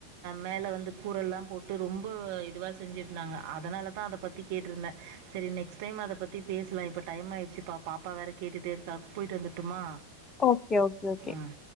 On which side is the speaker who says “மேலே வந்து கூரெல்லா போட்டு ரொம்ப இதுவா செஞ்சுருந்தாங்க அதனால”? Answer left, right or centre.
Right